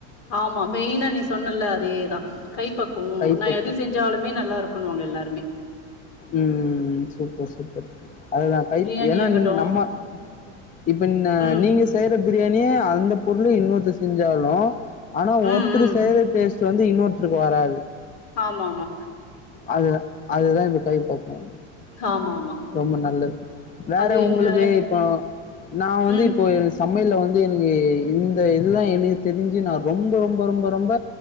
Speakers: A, on the left (about 65°); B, on the left (about 20°).
A: ஆமா மெயினா நீ சொன்னல்ல அதேதா கை பக்குவோ
B: கைப்பக்குவோ
A: நா எது செஞ்சாலுமே நல்லா இரு க்குன்னுவாங்க எல்லாருமே
B: ம் சூப்பர் சூப்பர் அதுதா கைப்
A: பிரியாணி
B: ஏன்னா
A: ஆகட்டு
B: ம் நம்ம இப்ப ந
A: ம்
B: நீங்க செய்ற பிரியாணியே அந்த பொருள்ல இன்னொருத்தர் செஞ்சாலு ஆனா
A: ம்
B: ஒருத்தரு
A: ம்
B: செய்யற டேஸ்ட் வந்து இன்னொருத்தருக்கு வராது
A: ஆமா ஆமா
B: அதுதா அதுதா இந்த கை பக்குவோ
A: ஆமா ஆமா
B: ரொம்ப நல்லது வேற
A: அது
B: உங்களுக்கு
A: எங்க
B: இப்போ நா வந்து
A: ம்
B: இப்போ எனக்கு ச மையல்ல வந்து எனக்கு இந்த இதுதா எனக்கு தெரிஞ்சு நான ரொம்ப ரொம்ப ரொம்ப ரொம்ப